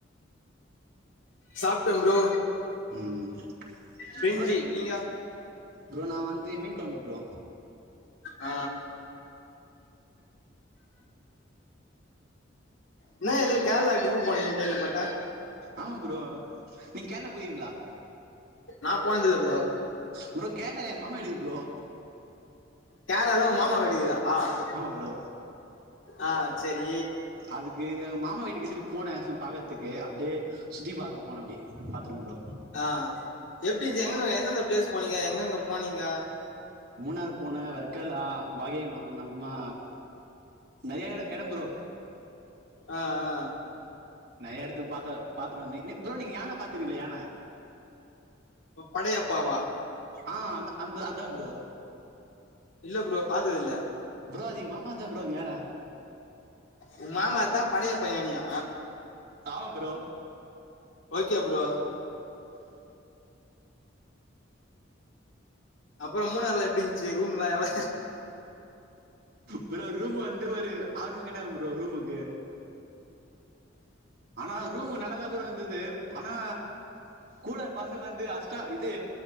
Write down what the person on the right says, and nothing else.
ம்
ப்ரோ நீ
ப்ரோ நா வந்து மீன் கொழம்பு ப்ரோ
ஆமா ப்ரோ நீங்க கேரளா போய்ருக்கீங்களா
ப்ரோ கேரளால எங்க மாமா வீடு இருக்கு ப்ரோ
ஆமா ப்ரோ
அதுக்கு எங்க மாமா வீட்டுக்கு சரி போனே சும்மா பாக்குறதுக்கு அப்டியே சுத்தி பாக்க போனே அப்டியே பாத்துட்டே ப்ரோ
மூணாறு போனே வர்க்கலா வாகையம்மா நம்மா நெறய எ எடம் ப்ரோ
நெறைய எடத்துக்கு பாத்து பாத்துட்டு வந்தே நீ ப்ரோ நீங்க யான பாத்துரீல யான
ஆஹ் அ அந்த அது ப்ரோ
ப்ரோ அது எங்க மாமா தா ப்ரோ அந்த யான
ஆமா ப்ரோ
ப்ரோ ரூம் வந்து ஒரு ஆறு ரூம் கேட்டாங்க ப்ரோ ரூமுக்கு ஆனா ரூம்க நல்லதா வந்தது ஆனா கூட பசங்க வந்து அஷ்டம் இது